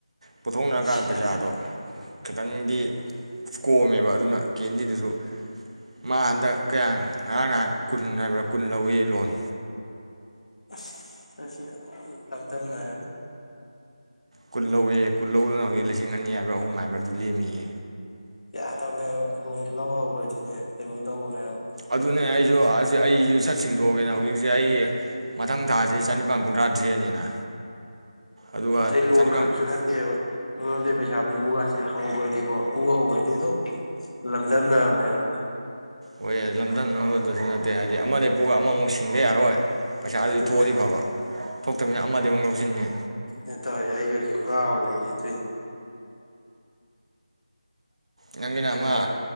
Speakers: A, on the right; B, on the left.
A: ꯄꯨꯊꯣꯛꯅꯔꯀꯥꯟ
B: ꯄꯩꯁꯥ
A: ꯄꯩꯁꯥꯗꯣ
B: ꯍꯥꯏꯌꯦ
A: ꯈꯤꯇꯪꯗꯤ ꯀꯣꯝꯃꯦꯕ ꯑꯗꯨꯅ ꯀꯦꯟꯗꯤꯗꯨꯗꯁꯨ ꯃꯥ ꯍꯟꯗꯛ ꯀꯌꯥꯝ ꯅꯔꯥꯡ ꯅꯍꯥꯟ ꯀꯨꯟ ꯍꯥꯏꯕ꯭ꯔꯥ ꯀꯨꯟ ꯂꯧꯑꯦꯌꯦ ꯂꯣꯟ
B: ꯑꯁ ꯃꯁꯤ ꯑꯗꯨꯝ ꯂꯝꯗꯝꯅꯔꯅꯤ꯫
A: ꯀꯨꯟ ꯂꯧꯑꯦꯌꯦ ꯀꯨꯟ ꯂꯧꯕꯗꯨꯅ ꯍꯧꯖꯤꯛ ꯂꯤꯁꯤꯡ ꯑꯅꯤ ꯍꯥꯏꯕ꯭ꯔꯥ ꯑꯍꯨꯝ ꯍꯥꯏꯕ꯭ꯔꯥ ꯑꯗꯨ ꯂꯦꯝꯃꯦꯌꯦ꯫
B: ꯌꯥꯗꯕꯅꯦꯕ ꯂꯣꯟꯖꯦ ꯂꯧ ꯍꯧꯒ꯭ꯔꯗꯤꯅꯦ ꯀꯩꯅꯣꯝ ꯇꯧꯕꯅꯦꯕ꯫
A: ꯑꯗꯨꯅꯦ ꯑꯩꯖꯨ ꯑꯁꯤ ꯑꯩꯖꯨ ꯁꯠ ꯁꯤꯡꯠꯣꯛꯑꯒꯦꯅ ꯍꯧꯖꯤꯛꯁꯦ ꯑꯩ ꯃꯊꯪ ꯊꯥꯖꯦ ꯆꯥꯅꯤꯄꯤꯟ ꯀꯨꯟꯊ꯭ꯔꯥ ꯊꯤꯔꯅꯤꯅ꯫ ꯑꯗꯨꯒ
B: ꯑꯗꯩ ꯂꯣꯟ
A: ꯆꯅꯤꯄꯥꯟ
B: ꯈꯛꯁꯨ ꯅꯠꯇꯦꯕ ꯃꯤꯉꯣꯟꯗꯩ ꯄꯩꯁꯥ ꯄꯨꯕ ꯀꯥꯁꯦ ꯍꯧꯒ꯭ꯔꯗꯤꯀꯣ ꯄꯨꯕ ꯍꯧꯒ꯭ꯔꯗꯤ ꯑꯗꯨꯝ ꯂꯝꯗꯝꯅꯕꯅꯦꯕ꯫
A: ꯍꯣꯢꯑꯦ ꯂꯝꯗꯝꯅ ꯗꯁꯨ <unintelligible> ꯍꯥꯏꯗꯤ ꯑꯃꯗꯩ ꯄꯨꯕ ꯑꯃꯃꯨꯛ ꯁꯤꯡꯗ ꯌꯔꯣꯏ ꯄꯩꯁꯥꯗꯣ
B: ꯑꯗꯨꯅꯦ
A: ꯊꯣꯛꯑꯗꯤ ꯐꯕ꯫ ꯊꯣꯛꯇꯃꯤꯅ ꯑꯃꯗꯩ ꯑꯃꯨꯛ ꯂꯧꯁꯤꯟꯅꯤ
B: ꯗ ꯇꯧꯋꯤꯖ‌ꯦ ꯑꯩꯖꯨ ꯍꯨꯖꯤꯛ ꯉꯥꯎꯔ ꯂꯩꯔ‌ꯦ ꯑꯗꯨꯢꯅꯤ
A: ꯅꯪ ꯒꯤꯅꯥ
B: ꯈꯔ
A: ꯑꯃꯥ